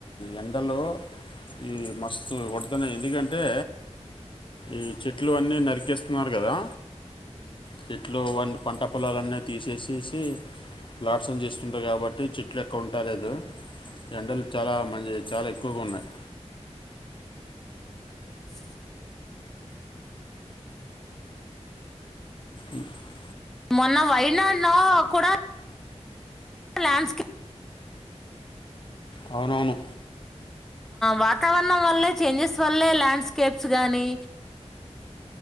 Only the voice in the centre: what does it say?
<inaudible>
మొన్న వైనాడులో కూడా ల్యాండ్స్ కి
వాతావరణం వల్లే చేంజెస్ వల్లే ల్యాండ్స్కేప్స్ గానీ